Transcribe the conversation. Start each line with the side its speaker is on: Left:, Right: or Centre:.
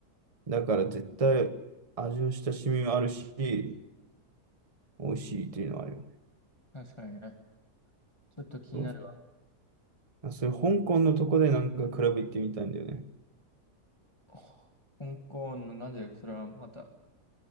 Right: だから絶対味の親しみもあるし、美味しいっていうのはあるよね。
Left: 確かにね。ちょっと気になるわ。
Right: そう。そういう香港のとこでなんかクラブ行ってみたいんだよね。
Left: ほ香港の、なんでそれはまた。